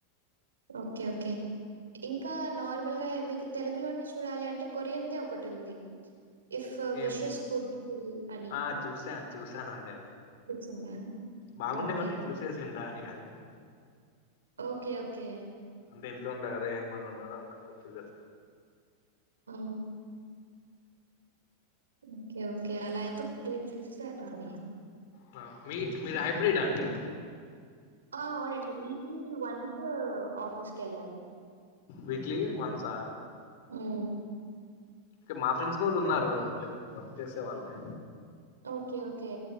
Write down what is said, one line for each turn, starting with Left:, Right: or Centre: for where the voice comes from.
Right: ఓకే ఓకే ఇంకా నార్మల్గా ఎ మీకు తెలుగులోనే చూడాలి అంటే కోరియన్ ది ఒకటి ఉంది ఇఫ్ విషస్
Left: ఏం
Right: కుడ్ విల్ అని
Left: ఆ చూసాను చూసానండి అది
Right: చూసారా
Left: బాగుండేవన్నీ
Right: ఓకే.
Left: చూసేసింట ఈ యాలకి
Right: ఓకే ఓకే
Left: అంట ఇంట్లో ఉండ కదా ఏం పని ఉండదు అందక వచ్చూస్త
Right: ఓ ఓకే ఓకే అలా అయితే ప్లే చూస్సేరు బానే
Left: హా మీ మీది హైబ్రిడ్ అ అండి
Right: ఆ అవునండి వీక్లీ వన్స్ ఆఫీస్కి వెళ్ళాలి
Left: వీక్లీ వన్స్
Right: హమ్
Left: మా ఫ్రెండ్స్ కూడా ఉన్నారు అట్లే వర్క్ చేసే వాళ్ళే
Right: ఓకే ఓకే